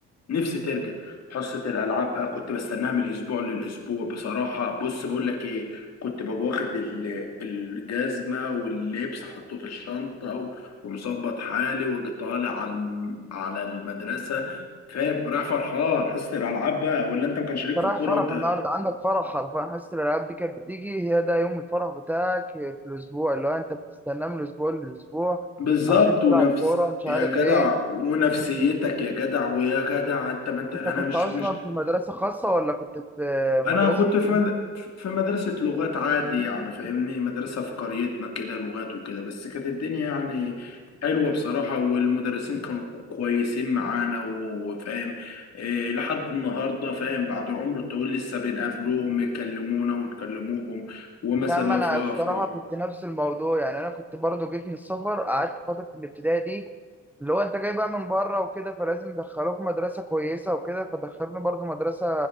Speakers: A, on the left; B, in the centre.
A: نفسي ترجع حصة الألعاب بقى كنت بستناها من الأسبوع للأسبوع بصراحة بص بقول لك ايه كنت ببقى واخد ال- الجزمة واللبس حطه في الشنطة و- ومظبط حالي واجي طالع على الم- على المدرسة فاهم رايح فرحان حصة الألعاب بقى ولا انت ما كانش ليك
B: انت
A: في الكورة
B: رايح فرح
A: وانت
B: النهارده عندك فرح حرفيا حصة الالعاب دي كانت بتيجي هي ده يوم الفرح بتاعك في الاسبوع اللي هو انت بتستناه من الاسبوع للاسبوع
A: بالظبط
B: عشان
A: ونفس
B: تلعب كوره مش
A: يا
B: عارف
A: جدع
B: ايه
A: ونفسيتك يا جدع ويا جدع انت ما انت انا
B: انت كنت
A: مش
B: اصلا
A: مش
B: في مدرسه خاصه ولا كنت في
A: انا
B: مدرسه
A: كنت
B: حكومه
A: في مد... في مدرسة لغات عادي يعني فاهمني مدرسة في قريتنا كده لغات وكده بس كانت الدنيا يعني حلوة بصراحة والمدرسين كانوا كويسين معانا و- وفاهم إيه لحد النهاردة فاهم بعد عمر الطويل لسه بنقابلوهم يكلمونا ونكلموهم ومثلا
B: لا ما
A: لو
B: انا
A: في افراح
B: الصراحه كنت نفس الموضوع يعني انا كنت برضو جيت من السفر قعدت فتره الابتدائي دي اللي هو انت جاي بقى من بره وكده فلازم يدخلوك مدرسه كويسه وكده فدخلوني برضو مدرسه